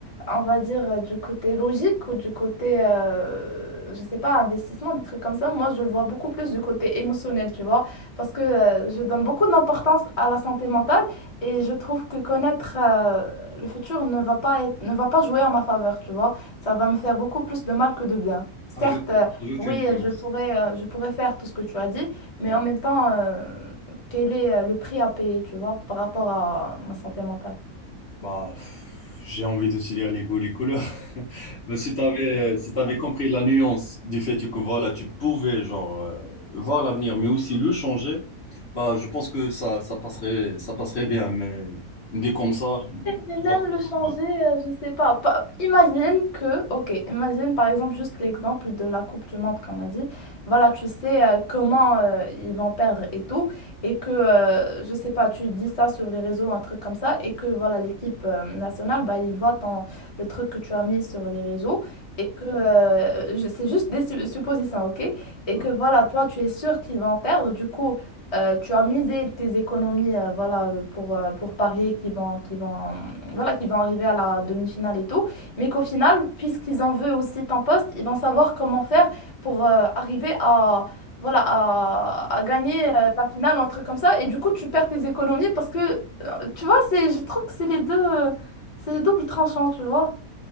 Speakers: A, on the left; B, on the left.
A: on va dire, euh, du côté logique ou du côté, euh, je sais pas, investissement, des trucs comme ça. Moi, je le vois beaucoup plus du côté émotionnel, tu vois, parce que euh, je donne beaucoup d'importance à la santé mentale et je trouve que connaître euh, le futur ne va pas être, ne va pas jouer en ma faveur, tu vois. Ça va me faire beaucoup plus de mal que de bien. Certes,
B: Ajoute,
A: euh,
B: ajoute
A: oui,
B: une nuance.
A: je pourrais, euh, je pourrais faire tout ce que tu as dit, mais
B: Ouais.
A: en même temps... euh, quel est euh, le prix à payer, tu vois, par rapport à ma santé mentale.
B: Bah, pff, j'ai envie de te dire les goûts, les couleurs. <laughs> Mais si tu avais, si t'avais compris la nuance du fait que voilà, tu pouvais genre euh, voir l'avenir, mais aussi le changer, bah, je pense que ça, ça passerait, ça passerait bien. Mais dit comme ça,
A: Mais même
B: je crois que
A: le
B: ça
A: changer,
B: passe mal.
A: euh, je sais pas, pas- Imagine que, ok, imagine par exemple juste l'exemple de la Coupe du Monde qu'on a dit. Voilà, tu sais euh, comment euh, ils vont perdre et tout, et que, euh, je sais pas, tu dis ça sur les réseaux, un truc comme ça, et que voilà, l'équipe euh, nationale, bah, ils voient ton- le truc que tu as mis sur les réseaux, et que euh, je- c'est juste des su- suppositions, ok? Et
B: Ouais.
A: que voilà, toi, tu es sûr qu'ils vont perdre, du coup, Euh, tu as misé tes économies euh, voilà, euh, pour, euh, pour Paris qui vont, qui vont, mm, voilà, qui vont arriver à la demi-finale et tout, mais qu'au final, puisqu'ils en veulent aussi ton poste, ils vont savoir comment faire pour euh, arriver à, voilà, à, à gagner euh, la finale, un truc comme ça, et du coup, tu perds tes économies parce que, euh, tu vois, c'est, je trouve que c'est les deux, euh, c'est double tranchant, tu vois.